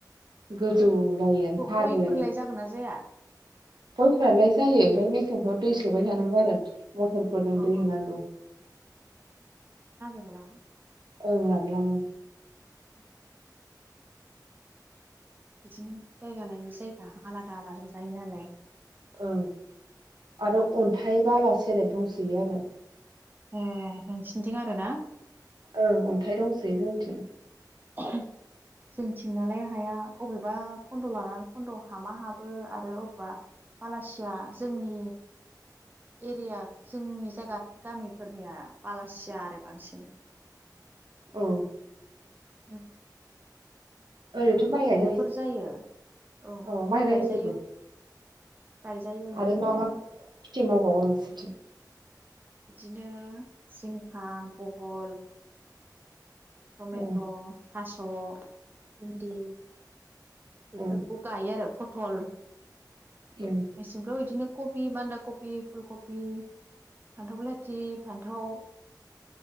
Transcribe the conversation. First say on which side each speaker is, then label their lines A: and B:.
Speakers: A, on the right (about 80°); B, on the right (about 25°).
A: गो जौ जायो हाजो
B: गयफोरलाय जागोन ना जाया
A: गयफ्रालाय जायो ओमफ्राय मे <unintelligible> दै सोबाय थानांगौ आरो
B: अ अ
A: <inaudible>
B: ा <unintelligible>
A: औ रानलांडो
B: <unintelligible> बिदिनो जायगा लायो जायगा आलादा आलादा जायो नालाय
A: ओ आरो अन्थाइ बाला सेरेब दंसोयो आरो
B: ए नोंसिनिथिं आरो ना
A: औ अन्थाइ दंसोयो जोंनिथिं
B: ओ जोंथिंनियालाय हाया अबेबा खन्द लानानै खन्द हामा हाबो आरो अबेबा बालासिया जोंनि एरिया जोंनि जायगा गामिफोरनिया बालासिया आरो बांसिन
A: औ
B: ओम
A: ओरैनोथ माइ गायो
B: जायो औ
A: अ माइ गायजोबो
B: गायजायो गायजायो ओं
A: आरो मा मा खेथि मावबावो नोंसोरथि?
B: बिदिनो जिं खा फहल टमेट
A: उम
B: थास बिनदि बेफोरखौ
A: उम
B: गायो आरो फथल
A: उम
B: मेसिंफ्राव बिदिनो कबि बान्दा कबि फुल कबि फान्थाव बेलाथि फान्थाव